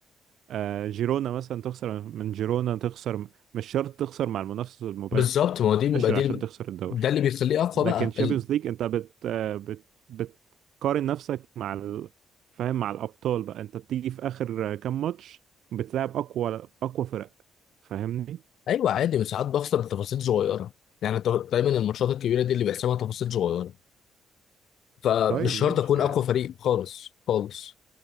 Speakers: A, on the right; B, on the left.
A: آه، جيرونا مثلا تخسر من جيرونا تخسر مش شرط تخسر مع المنافس المباشر
B: بالظبط ما هو دي ما
A: مباشر
B: دي
A: عشان تخسر الدوري
B: ده اللي بيخليه اقوى
A: لكن
B: بقى
A: تشامبيونز
B: ال...
A: ليج انت بت بت بتقارن نفسك مع ال... فاهم مع الابطال بقى انت بتيجي في اخر كام ماتش بتلعب اقوى اقوى فرق فاهمني
B: ايوه عادي بس ساعات بخسر بتفاصيل صغيره يعني طب- دايما الماتشات الكبيره دي اللي بيحسمها تفاصيل صغيره فمش
A: طيب ماشي
B: شرط اكون اقوى
A: يعني
B: فريق خالص خالص